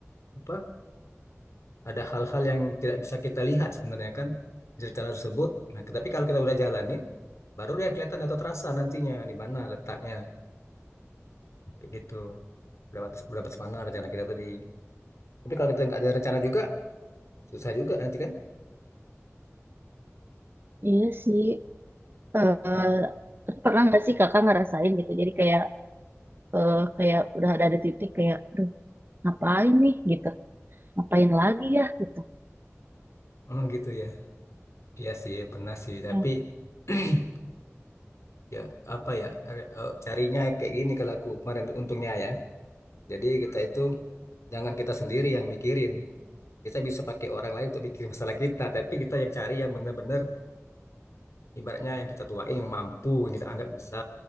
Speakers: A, on the left; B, on the right.
A: apa ada hal-hal yang tidak bisa kita lihat sebenarnya kan di rencana tersebut nah ke- tapi kalau kita udah jalanin baru dia kelihatan atau terasa nantinya di mana letaknya kayak gitu berapa berapa mana rencana kita tadi tapi kalau kita nggak ada rencana juga susah juga nanti kan
B: iya sih eh
A: Hmm.
B: pernah nggak sih kakak ngerasain gitu jadi kayak eh, kayak udah ada di titik kayak duh ngapain nih gitu ngapain lagi ya gitu
A: Oh gitu ya. Iya sih pernah sih tapi
B: ya
A: <clears throat> ya apa ya are- eh, carinya kayak gini kalau aku kemarin untungnya ya. Jadi kita itu jangan kita sendiri yang mikirin. Kita bisa pakai orang lain untuk mikirin masalah kita, tapi kita yang cari yang benar-benar ibaratnya yang kita tuain yang mampu, yang kita anggap bisa